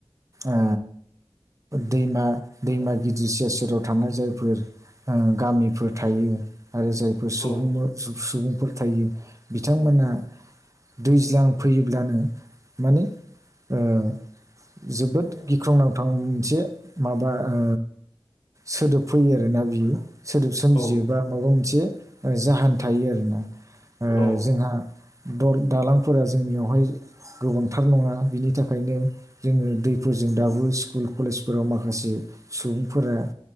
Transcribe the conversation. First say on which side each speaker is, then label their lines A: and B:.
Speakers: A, on the right; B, on the left.
A: ओ दैमा दैमा गिदिर सेर सेराव थानाय जायफोर ओ गामिफोर थायो आरो जायफोर सुबुं
B: औ
A: सु-सुबुंफोर थायो बिथांमोना दैज्लां फैयोब्लानो माने ओ जोबोद गिख्रंनांथाव मोनसे माबा ओ सोदोब फैयो आरोना बियो सोद सोमजियोबा
B: औ
A: माबा मोनसे ओ जाहोन थायो आरोना ओ
B: औ
A: जोंहा दल दालांफोरा जोंनियावहाय गोबांथार नङा बिनि थाखायनो जोङो दैफोरजों दाबो स्कुल कलेजफोराव माखासे सुबुंफोरा